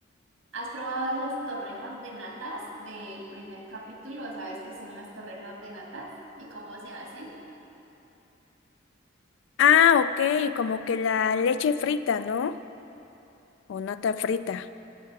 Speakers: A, on the right; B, on the left.
A: ¿has probado esas torrejas de natas del primer capítulo? ¿Sabes qué son las torrejas de natas y cómo se hacen?
B: Ah, ok, como que la leche frita, ¿no? O nata frita.